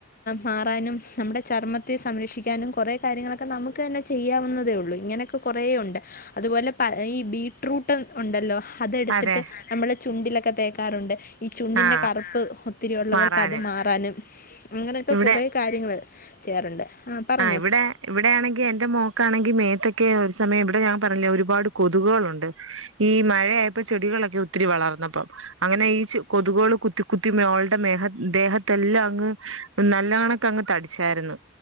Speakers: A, on the left; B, on the right.
A: മാറാനും നമ്മടെ ചർമ്മത്തെ സംരക്ഷിക്കാനും കൊറേ കാര്യങ്ങളൊക്കെ നമ്മക്ക് തന്നെ ചെയ്യാവുന്നതേ ഒള്ളൂ ഇങ്ങനൊക്കെ കൊറേ ഒണ്ട് അതുപോലെ പ ഈ ബീട്രൂട്ട് ഒണ്ടല്ലോ അതെടുത്തിട്ട്
B: അതെ
A: നമ്മള് ചുണ്ടിലൊക്കെ തേക്കാറുണ്ട് ഈ ചുണ്ടിൻ്റെ
B: ആ
A: കറുപ്പ് ഒത്തിരിയൊള്ളവർക്ക്
B: മാറാന്
A: അത് മാറാനും അങ്ങനൊക്കെ
B: ഇവിടെ
A: കൊറേ കാര്യങ്ങള് ചെയ്യാറുണ്ട് ആ പറഞ്ഞോ
B: ആഹ് ഇവിടെ ഇവിടെയാണെങ്കി എൻ്റെ മോക്കാണെങ്കി മേത്തൊക്കെ ഒരു സമയം ഇവിടെ ഞാൻ പറഞ്ഞില്ലേ ഒരുപാട് കൊതുകുകളുണ്ട് ഈ മഴയായപ്പോ ചെടികളൊക്കെ ഒത്തിരി വളർന്നപ്പം അങ്ങനെ ഈ ചെ കൊതുകുകള് കുത്തി കുത്തി മോൾ ടെ മേഹം ദേഹത്തെല്ലാം അങ്ങ് നല്ല കണക്കങ്ങ് തടിച്ചായിരുന്നു